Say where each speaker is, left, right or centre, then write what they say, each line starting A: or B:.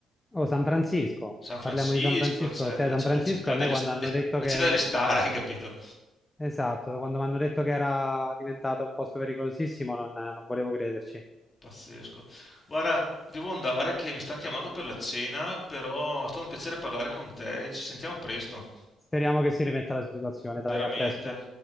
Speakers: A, on the left; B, on the left.
A: Oh, San Francisco,
B: San Francisco,
A: parliamo di San Francisco.
B: cioè,
A: Cioè,
B: la,
A: San Francisco
B: la città
A: a me
B: delle,
A: quando
B: st-
A: hanno
B: <laughs>
A: detto
B: la
A: che...
B: città delle star, hai capito?
A: Esatto, da quando mi hanno detto che era diventato un posto pericolosissimo, non non volevo crederci.
B: Pazzesco. Guarda, devo andare che mi stanno chiamando per la cena, però è stato un piacere parlare con te e ci sentiamo presto,
A: Speriamo che si rimetta la situazione. Dai,
B: veramente.
A: a presto.